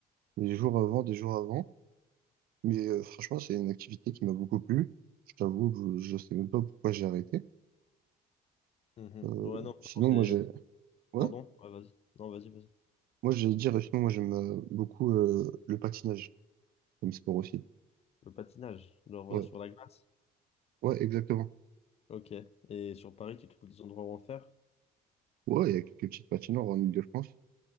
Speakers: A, on the right; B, on the left.
A: des jours avant, des jours avant. Mais euh, franchement, c'est une activité qui m'a beaucoup plu. Je t'avoue, que je, je sais même pas pourquoi j'ai arrêté.
B: Mhm.
A: Euh,
B: Ouais, non, franchement,
A: sinon,
B: c'est...
A: moi, j'ai, ouais,
B: Pardon? Ouais, vas-y. Non, vas-y, vas-y.
A: moi, j'allais dire, euh, sinon, moi, j'aime euh, beaucoup euh, le patinage comme sport aussi.
B: Le patinage, genre
A: Ouais,
B: euh, sur la glace.
A: ouais, exactement.
B: Ok. Et sur Paris, tu trouves des endroits où en faire?
A: Ouais, il y a quelques petites patinoires en Île-de-France.